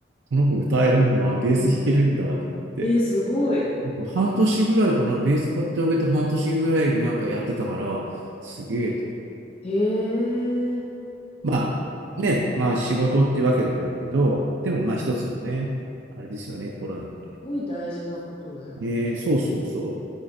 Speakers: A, on the right; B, on the left.
A: この子歌えるんだ、ベース弾けるんだ、と思って。
B: えー、すごい。
A: 半年ぐらいかな、ベース買ってあげて半年ぐらいでなんかやってたから、すげえと。
B: へえ、す
A: まあ、ね、まあ仕事ってわけでもないけど、でもまあ一つのね、あれですよね、コロナで
B: ごい大事なことだよね。
A: ね。ね、そうそうそう。